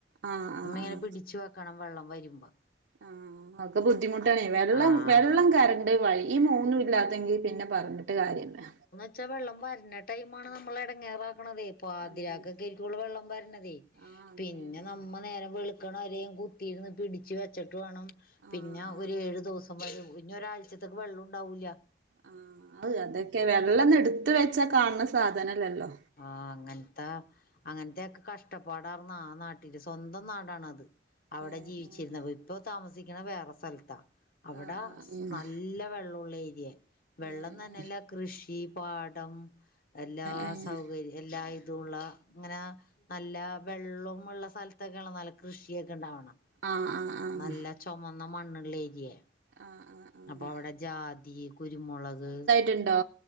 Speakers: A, on the right; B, on the left.
A: ആഹ് ആഹ് ആഹ്
B: നമ്മ
A: ആഹ്
B: ഇങ്ങനെ പിടിച്ചു വെക്കണം വെള്ളം വരുമ്പോ
A: ആഹ് ഒക്കെ ബുദ്ധിമുട്ടാണ് വെള്ളം
B: ആഹ്
A: വെള്ളം കറണ്ട് വഴി ഈ മൂന്ന് ഇല്ലാതെങ്കി പിന്നെ പറഞ്ഞിട്ട് കാര്യല്ലാ
B: പച്ചാ വെള്ളം വരണ ടൈമാണ് നമ്മളെ എടങ്ങേറാക്കണതേ പാതിരാക്കൊക്കെആക്കാരം
A: അതാണ്
B: വെള്ളം വരുന്നതേ
A: ആഹ് അങ്ങനെയാണ്
B: പിന്നെ നമ്മ നേരം വെള് ക്ക്ണവെരേം കുത്തിര്ന്ന് പിടിച്ച് വെച്ചിട്ട് വാണം
A: ആഹ്
B: പിന്നാ
A: ആഹ്
B: ഒരേഴു ദിവസം വരും പിന്നരാഴ്ചത്തേക്ക് വെള്ളംണ്ടാവൂല്ല
A: ആഹ് ആഹ് അതൊക്കെ വെള്ളൊന്ന് ഇട്ത്ത് വെച്ചാ കാണണ സാധനല്ലല്ലോ
B: ആഹ് അങ്ങനത്ത അങ്ങനത്തെയക്ക കഷ്ടപ്പാടാർന്ന ആ നാട്ടില് സ്വന്തം നാടാണത് അവിടെ
A: ഏഹ്
B: ജീവിച്ചിരുന്ന
A: ഏഹ്
B: ഇപ്പൊ താമസിക്കണ വേറെ സ്ഥലത്താ അവ്ടനല്ല
A: ആഹ് ആഹ് ആഹ്
B: വെള്ളൊള്ള ഏരിയ വെള്ളം
A: ഏഹ് ഏഹ്
B: തന്നെല്ല കൃഷി പാഠം എല്ലാ
A: ഏഹ് ഏഹ്
B: സൗകര്യം എല്ലാ ഇതുള്ള ഇങ്ങനെ നല്ല വെള്ളം ഉള്ള സ്ഥലത്തൊക്കെയ നല്ല കൃഷിയൊക്കെണ്ടാവ്ണ
A: ആഹ് ആഹ് ആഹ്
B: നല്ല ചൊമന്ന മണ്ണ് ള്ളേരിയാ
A: ആഹ് ആഹ് ആഹ്
B: അപ്പൊ അവ്ടെ ജാതി കുരുമുളക്
A: ര്ണ്ടോ?